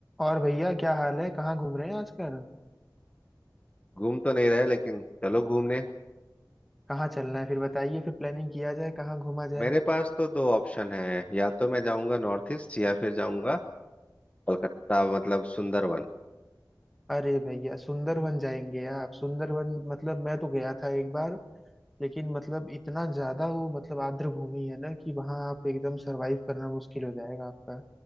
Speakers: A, in the centre; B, on the left (about 20°).
A: और भैया क्या हाल है कहाँ घूम रहे हैं आजकल
B: घूम तो नहीं रहे लेकिन चलो घूमने
A: कहाँ चलना है फिर बताइए फिर प्लानिंग किया जाए कहाँ घूमा जाए
B: मेरे पास तो दो ऑप्शन है या तो मैं जाऊंगा नॉर्थ ईस्ट या फिर जाऊंगा कलकत्ता मतलब सुंदरवन
A: अरे भैया सुंदरवन जाएंगे आप सुंदरवन मतलब मैं तो गया था एक बार लेकिन मतलब इतना ज्यादा वो मतलब आर्द्र भूमि है ना कि वहां आप एकदम सरवाइव करना मुश्किल हो जाएगा आपका